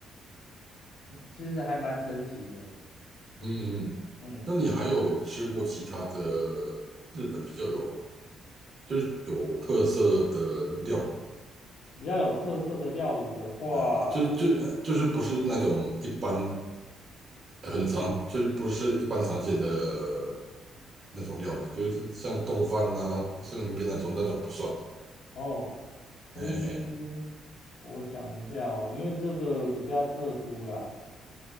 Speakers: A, on the left (about 80°); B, on the right (about 50°).
A: 其实还蛮神奇的。
B: 嗯嗯，嗯
A: 嗯，
B: 那你还有吃过其他的日本比较有就是有特色的料
A: 比较有特色的料理的话，
B: 理啊？就就呃就是不是那种一般呃很常就是不是一般常见的那种料理，就是像冻饭呐、生鱼片那种那种不算。
A: 哦，诶。
B: 哎，哎
A: 我想一下哦，因为这个比较特殊啦，